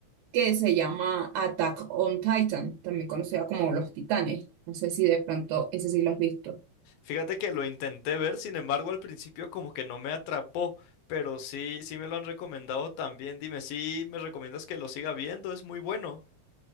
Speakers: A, on the right; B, on the left.
A: que se llama Attack on Titan, también conocida como Los Titanes, no sé si de pronto ese sí lo has visto.
B: Fíjate que lo intenté ver, sin embargo, al principio como que no me atrapó, pero sí, sí me lo han recomendado también. Dime, ¿sí me recomiendas que lo siga viendo? Es muy bueno.